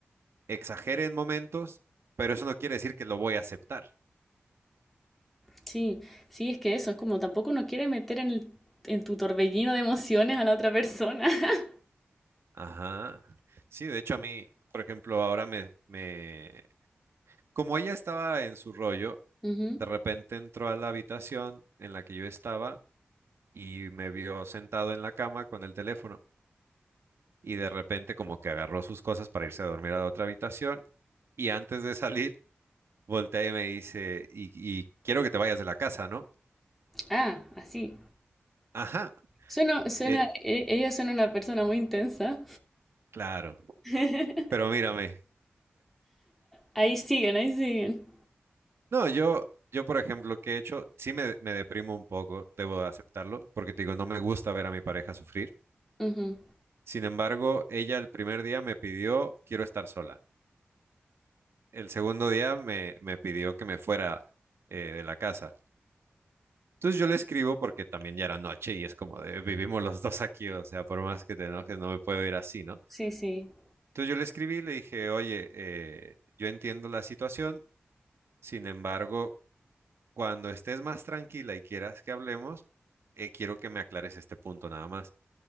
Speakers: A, on the right; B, in the centre.
A: exagere en momentos, pero eso no quiere decir que lo voy a aceptar.
B: Sí, sí, es que eso, es como tampoco uno quiere meter en el- en tu torbellino de emociones a la otra persona. <laughs>
A: Ajá. Sí, de hecho a mí, por ejemplo, ahora me, me... Como ella estaba en su rollo,
B: Ujú.
A: de repente entró a la habitación en la que yo estaba y me vio sentado en la cama con el teléfono y de repente como que agarró sus cosas para irse a dormir a la otra habitación y antes de salir voltea y me dice, y, y quiero que te vayas de la casa, ¿no?
B: Ah, así.
A: Ajá,
B: Suena, suena,
A: eh,
B: e- ella suena una persona muy intensa.
A: claro,
B: <laughs>
A: pero mírame.
B: Ahí siguen, ahí siguen.
A: No, yo, yo por ejemplo, que he hecho, sí me, me deprimo un poco, debo de aceptarlo, porque te digo, no me gusta ver a mi pareja sufrir.
B: Ujú.
A: Sin embargo, ella el primer día me pidió, quiero estar sola. El segundo día me, me pidió que me fuera eh, de la casa. Entonces yo le escribo porque también ya era noche y es como de, vivimos los dos aquí, o sea, por más que te enojes, no me puedo ir así, ¿no?
B: Sí, sí.
A: Entonces yo le escribí y le dije, oye, eh, yo entiendo la situación, sin embargo... Cuando estés más tranquila y quieras que hablemos, eh, quiero que me aclares este punto nada más.